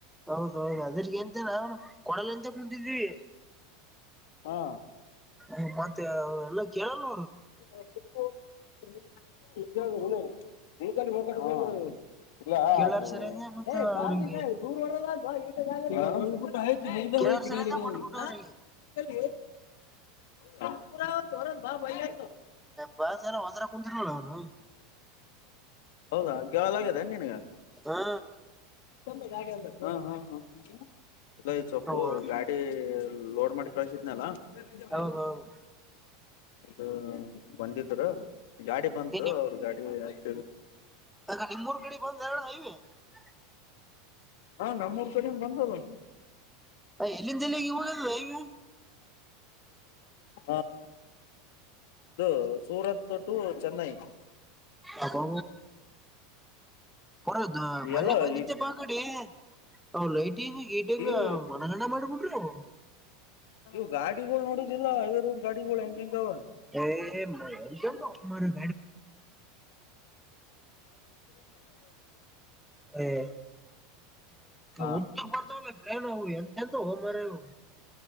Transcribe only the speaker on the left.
ಹಾ
<unintelligible> ಹಾ ಇಲ್ಲ ಅದು <unintelligible> ಹಾ <unintelligible>
ಹೌದ ಸೌರದ್ ಬಾ ಬಯ್ಯ
ಹೌದಾ ಗವಾಲ ಆಗಾಗಿದೆನ್ ನೀನ್ಗ?
ಹ ಹ ಹ ಇಲ್ಲ ಇದ್ ಸೊಪ್ಪು
ಗಾಡಿ ಲೋಡ್ ಮಾಡಿ ಕಳಸಿದ್ನಲ್ಲ <unintelligible>
ಅದು ಬಂದಿದ್ರ. ಗಾಡಿ ಬಂತು
ಅವ್ರ ಗಾಡಿ ಆಗ್ತಿ
ಹ ನಮ್ಮೂರ್ ಕಡೆ ಬಂದಲ್ಲ.
ಹ ಇದು ಸೂರತ್ ಟು ಚೆನ್ನೈ
ಎಲ್ಲ
ಈ
ಇವು
ಇವು ಗಾಡ್ ತಿಂಗಳ್ ನೋಡುದಿಲ್ಲ ಹೈವೇ ದಾಗ್ ಗಾಡಿಗಳ್ ಹೆಂಗೆಂಗವ?
ಹ್ಮ್
ಹ